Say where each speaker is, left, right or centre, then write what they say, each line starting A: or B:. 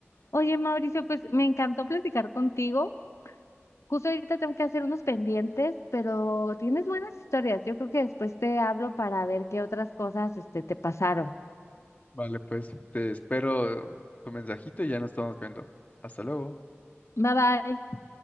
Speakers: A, on the left; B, on the left.
A: Oye, Mauricio, pues me encantó platicar contigo. Justo ahorita tengo que hacer unos pendientes, pero tienes buenas historias. Yo creo que después te hablo para ver qué otras cosas, este, te pasaron.
B: Vale, pues te espero tu mensajito y ya nos estamos viendo. Hasta luego.
A: Bye bye.